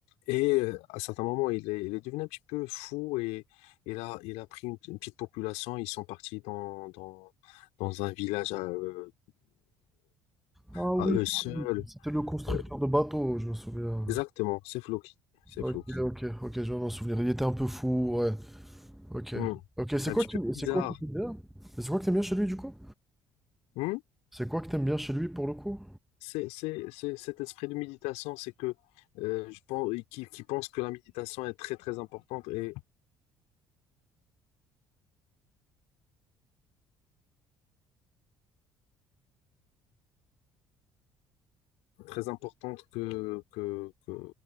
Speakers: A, on the left; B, in the centre.
A: et euh, à certains moments, il est, il est devenu un petit peu fou et il a, il a pris une, une petite population. Ils sont partis dans, dans, dans un village à, euh,
B: Ah
A: à
B: oui,
A: eux seuls.
B: c'était le constructeur
A: Euh,
B: de bateaux, je me souviens.
A: exactement, c'est Floki. C'est
B: Ok,
A: Floki.
B: ok, ok, je viens de m'en souvenir. Il était un peu fou, ouais. Ok.
A: Hmm.
B: Ok, c'est
A: Un
B: quoi
A: petit
B: qui,
A: peu
B: c'est
A: bizarre.
B: quoi que t'aimes bien? Et C'est quoi que t'aimes bien chez lui, du coup?
A: Hmm.
B: C'est quoi que t'aimes bien chez lui, pour le coup?
A: C'est, c'est, c'est cet esprit de méditation, c'est que euh, je pense, qui, qui pense que la méditation est très très importante et très importante que, que, que,